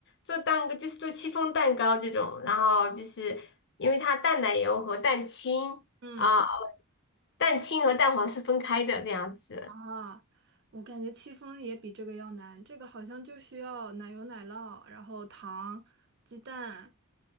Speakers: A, on the left; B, on the right.
A: 做蛋糕，就是做戚风蛋糕这种，然后就是因为它淡奶油和蛋清啊、
B: 嗯
A: 蛋清和蛋黄是分开的这样子，
B: 啊，我感觉戚风也比这个要难，这个好像就需要奶油、奶酪，然后糖、鸡蛋。